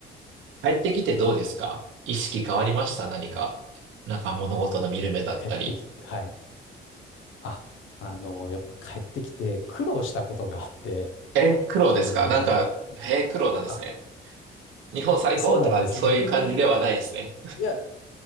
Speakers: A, on the right; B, on the left.
A: 帰ってきてどうですか意識変わりました何か。なんか物事の見る目だったり。
B: 帰ってきて、はい。あ、あの、やっぱ帰ってきて苦労したことがあって、
A: え、苦労ですかなんか、
B: あの、
A: へえ、苦労なんですね。
B: あ、
A: 日本最高とか、
B: そうなんです。
A: そういう感じではないですね。
B: 逆に、いや、